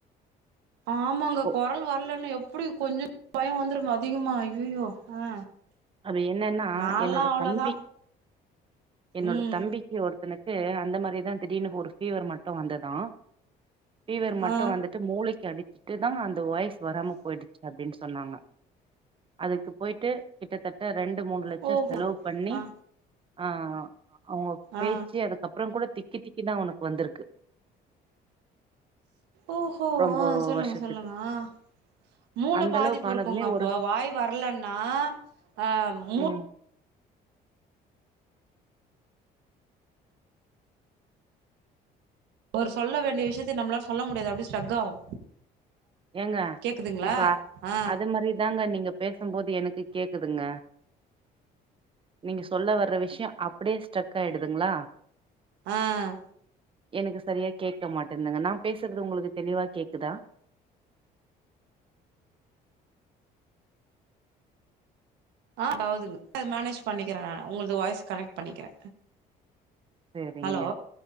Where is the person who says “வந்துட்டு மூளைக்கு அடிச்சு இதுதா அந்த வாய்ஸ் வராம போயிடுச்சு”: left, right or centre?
Right